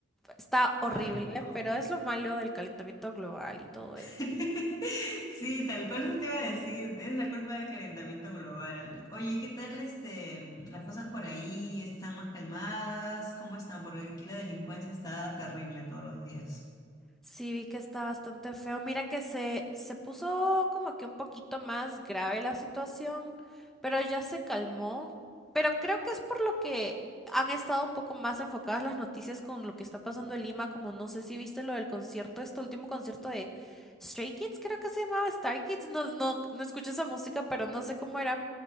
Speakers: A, in the centre; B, on the left.
A: está horrible,
B: Ay, no.
A: pero es lo malo del calentamiento global y todo
B: <laughs> Sí, tal cual eso te iba a decir, es la culpa del calentamiento global. Oye, ¿y ¿qué tal este, las cosas por ahí? ¿Están más calmadas? ¿Cómo están? Porque aquí la delincuencia está terrible todos los días.
A: Sí, vi que está bastante feo. Mira que se, se puso como que un poquito más grave la situación, pero ya se calmó. Pero creo que es por lo que han estado un poco más enfocadas las noticias con lo que está pasando en Lima, como no sé si viste lo del concierto, este último concierto de Stray Kids, creo que se llamaba Star Kids. No, no, no escuché esa música, pero no sé cómo era.